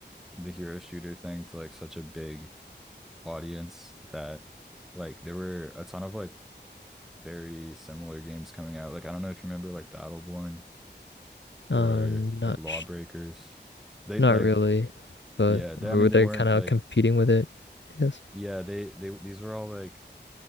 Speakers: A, in the centre; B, on the left (about 75°).
A: the hero shooter thing to like such a big audience that like there were a ton of like very similar games coming out. Like, I don't know if you remember like Battleborn
B: um
A: or
B: not
A: like Lawbreakers.
B: sh
A: They
B: not
A: like,
B: really but
A: yeah, they,
B: were
A: I mean, they
B: they
A: weren't
B: kind of
A: like,
B: competing with it I guess
A: yeah, they, they, these were all like